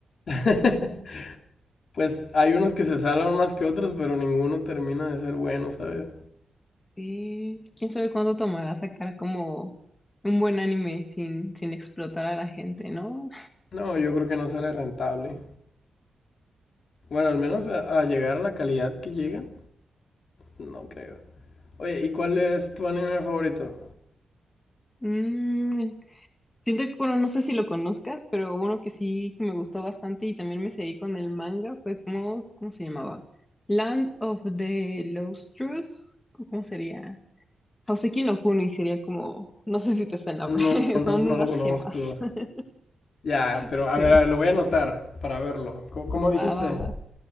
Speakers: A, on the left; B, on the left.
A: <laughs> Pues hay unos que se salvan más que otros, pero ninguno termina de ser bueno, ¿sabes?
B: Sí, quién sabe cuánto tomará sacar como un buen anime sin, sin explotar a la gente, ¿no?
A: No, yo creo que no sale rentable. Bueno, al menos a, a llegar a la calidad que llegan. No creo. Oye, ¿y cuál es tu anime favorito?
B: Mm, Siento que, bueno, no sé si lo conozcas, pero uno que sí que me gustó bastante y también me seguí con el manga fue como, ¿cómo se llamaba? Land of the Lostrous, ¿cómo sería? Houseki no Kuni sería como, no sé si te suena, <laughs>
A: No,
B: pero
A: no,
B: son
A: no
B: unas
A: lo conozco.
B: gemas. <laughs>
A: Ya, pero
B: Sí,
A: a ver, a ver, lo voy a anotar para verlo. ¿Cómo, cómo
B: va,
A: dijiste?
B: va, va.